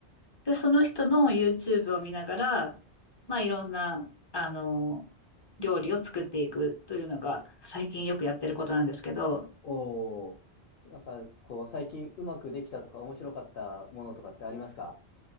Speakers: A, on the left; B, on the left.
A: で、その人の YouTube を見ながら、まあいろんな、あの、料理を作っていくというのが最近よくやってることなんですけど、
B: おー。なんか、こう、最近うまくできたとか、面白かったものとかってありますか